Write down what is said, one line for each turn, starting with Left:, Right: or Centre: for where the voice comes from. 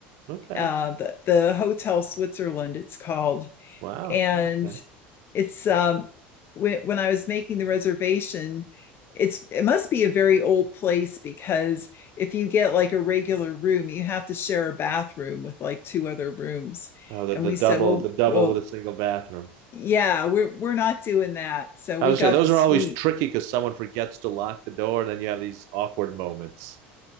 Right: Okay,
Left: uh, the, the Hotel Switzerland, it's called.
Right: wow,
Left: And
Right: okay.
Left: it's um, when, when I was making the reservation, it's it must be a very old place because if you get like a regular room, you have to share a bathroom with like two other rooms.
Right: Oh, the,
Left: And
Right: the
Left: we
Right: double,
Left: said, well,
Right: the double
Left: well,
Right: with a single bathroom.
Left: yeah, we're we're not doing that. So
Right: I
Left: we
Right: would
Left: got
Right: say those
Left: the suite.
Right: are always tricky because someone forgets to lock the door, and then you have these awkward moments.